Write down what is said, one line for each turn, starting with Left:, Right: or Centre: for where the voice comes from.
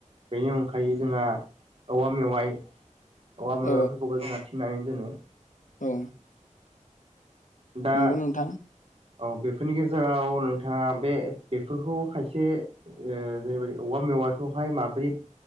Right: बेनि अनगायै जोंहा औवा मेवाइ औवा मैवाफोरखौबो
Left: औ
Right: जोंना थिनानै दोनो
Left: औ
Right: दा
Left: नंगौ नोंथां
Right: औ बेफोरनि गेजेराव नोंथाङा बे बेफोरखौ खायसे ओ जेरैबायि औवा मेवाखौहाय माबोरै